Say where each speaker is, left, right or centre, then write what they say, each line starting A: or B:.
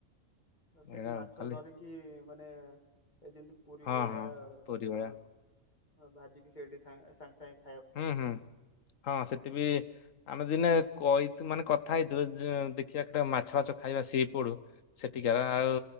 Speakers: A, on the left; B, on the left.
A: ତ ସେଠି
B: ଏଇଟା
A: ମାଛ
B: ଆଉ ଖାଲି
A: ଧରିକି ମାନେ ଏ ଯେନ୍ତି ପୁରୀ
B: ହଁ
A: ଭଳିଆ
B: ହଁ ପୁରୀ ଭଳିଆ
A: ଅ ଭାଜିକି ସେଠି ସା ସାଙ୍ଗେ-ସାଙ୍ଗେ
B: ହୁଁ-ହୁଁ ହଁ ସେଠି ବି ଆମେ ଦିନେ କହି ମାନେ କଥା ହେଇଥିଲୁ <unintelligible> ଦେଖିବା <unintelligible> ମାଛ <unintelligible> ଖାଇବା ସି ଫୁଡୁ। ସେଠିକାର ଆଉ